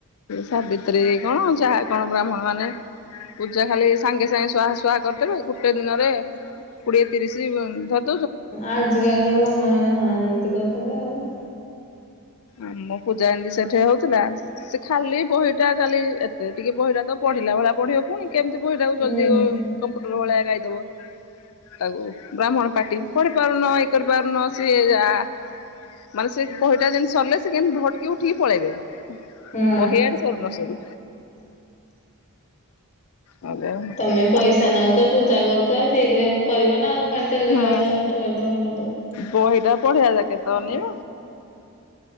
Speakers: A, on the left; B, on the left.
A: ସାବିତ୍ରୀ କଣ ଜାହା କଣ ବ୍ରାହ୍ମଣ ମାନେ ପୂଜା ଖାଲି ସାଙ୍ଗେ ସାଙ୍ଗେ ସୁଆ ସୁୁହା କରିଦେବେ ଗୋଟେ ଦିନରେ କୋଡିଏ ତିରିଶ ଉନ୍‌
B: ଆଜିକାଲି <unintelligible> ହଁ ଏମିତି କରୁଛନ୍ତି ଆଉ।
A: ଆମ ପୂଜା ଏମତି ସେଠି ହଉଥିଲା। ସେ ଖାଲି ବହିଟା ଖାଲି ଏତେ ଟିକେ ବହିଟା ତ ପଢିଲା ଭଳିଆ ପଢିବ ପୁଣି। କେମତି ବହିଟାକୁ
B: ହୁଁ
A: ଜଲଦି କମ୍ପ୍ୟୁଟର ଭଳିଆ ଗାଇଦବ। ତାକୁ ବ୍ରାହ୍ମଣ ପାଟି ପଢି ପାରୁନ ଇ କରି ପାରୁନ ସିଏ ଯା ମାନେ ସେ ବହିଟା ଯେମିତି ସରିଲେ ସେ କେମତି ଭଟ୍ କି ଉଠିକି ପଳେଇବେ।
B: ହୁଁ।
A: ବହି ଇଆଡେ ସରୁ ନ ସରୁ ଆଜ୍ଞା
B: ତମେ
A: ଖାଲି
B: ପଇସା
A: ପ
B: ନଉଛ ପୂଜା କରୁଛ ଠିକ ରେ କରିବ ନା ଆଉ ତେଗିଲ
A: ହୁଁ
B: ଆଯା ଏଠା କରିଦ ଏଇଠା କରିଦବୁ
A: ବହିଟା ପଢିଆ ଯାକେ ତ ଅନେଇବ।
B: <unintelligible> ହୁଁ।